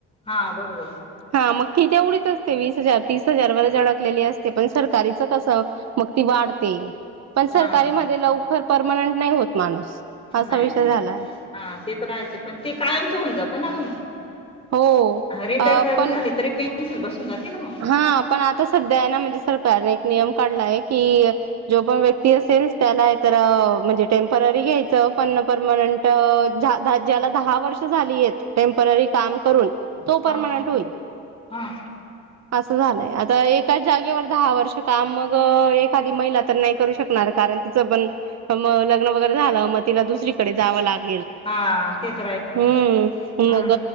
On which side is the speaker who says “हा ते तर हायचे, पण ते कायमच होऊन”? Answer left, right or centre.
Left